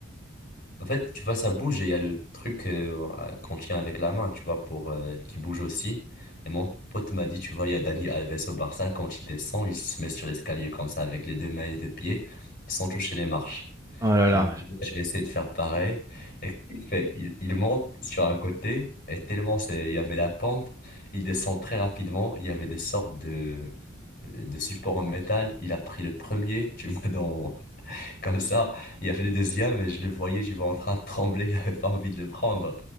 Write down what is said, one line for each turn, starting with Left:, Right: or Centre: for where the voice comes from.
Left: en fait, tu vois, ça bouge et il y a le truc euh, euh, qu'on tient avec la main, tu vois, pour euh, qui bouge aussi. Et mon pote m'a dit, tu vois, il y a Dani Alves au Barça, quand il descend, il se met sur l'escalier comme ça, avec les deux mains et les deux pieds, sans toucher les marches.
Right: Oh là là.
Left: Il me dit, je vais essayer de faire pareil. Et qu'est-ce qu'il fait? Il, il monte sur un côté, et tellement c'est, il y avait la pente, il descend très rapidement, il y avait des sortes de, euh, de supports en métal. Il a pris le premier, tu vois, dans. Comme ça, il a fait le deuxième et je le voyais, je vois en train de trembler, <laughs> j'avais pas envie de le prendre.